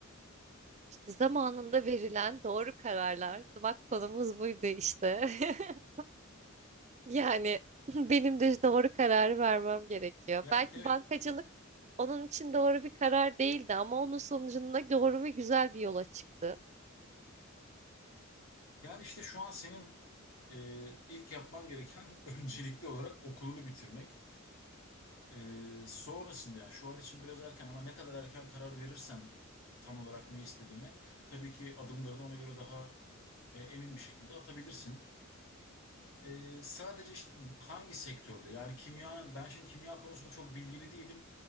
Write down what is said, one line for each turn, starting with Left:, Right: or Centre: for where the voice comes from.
Right: İşte zamanında verilen doğru kararlar. Bak konumuz buydu işte. <laughs> Yani <laughs> benim de doğru kararı vermem gerekiyor.
Left: Yani
Right: Belki
Left: evet.
Right: bankacılık onun için doğru bir karar değildi ama onun sonucunda doğru ve güzel bir yola çıktı.
Left: Yani işte şu an senin e, ilk yapman gereken <laughs> öncelikli olarak okulunu bitirmek. Ee, sonrasında yani şu an için biraz erken ama ne kadar erken karar verirsen tam olarak ne istediğine tabii ki adımlarını ona göre daha e, emin bir şekilde atabilirsin. Ee, sadece işte hangi sektörde yani kimyanın ben şimdi kimya konusunda çok bilgili değilim.